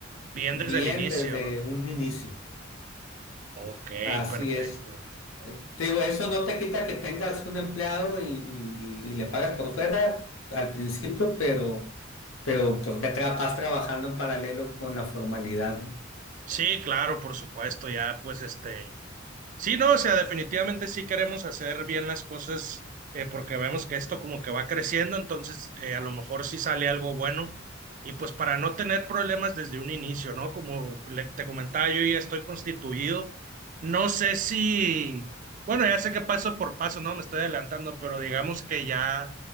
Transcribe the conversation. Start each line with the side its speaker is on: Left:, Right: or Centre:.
Right: bien
Left: bien
Right: desde el inicio,
Left: desde
Right: ¿no?
Left: un inicio.
Right: Ok,
Left: Así
Right: perfecto.
Left: es. Eh, te digo, eso no te quita que tengas un empleado y, y- y le pagas por fuera al principio, pero, pero pues ve tra- vas trabajando en paralelo con la formalidad, ¿no?
Right: Sí, claro, por supuesto, ya pues este. Sí, no, o sea, definitivamente sí queremos hacer bien las cosas eh, porque vemos que esto como que va creciendo, entonces eh, a lo mejor sí sale algo bueno. Y pues para no tener problemas desde un inicio, ¿no? Como le- te comentaba, yo ya estoy constituido. No sé si, bueno, ya sé que paso por paso, ¿no? Me estoy adelantando, pero digamos que ya